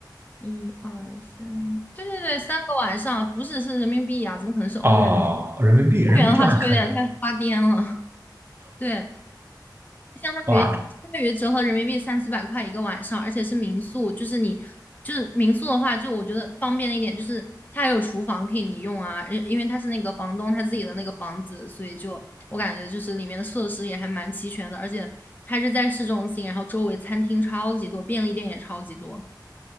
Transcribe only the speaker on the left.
一二三，对对对，三个晚上，不是是人民币啊，怎么可能是欧元？
<laughs>
欧元的话是不是有点太发癫了？<laughs> 对，相当于相当于折合人民币三四百块一个晚上，
而且是民宿，就是你就是民宿的话，就我觉得方便的一点就是它还有厨房可以你用啊，因因为它是那个房东他自己的那个房子，所以就我感觉就是里面的设施也还蛮齐全的，而且它是在市中心，然后周围餐厅超级多，便利店也超级多。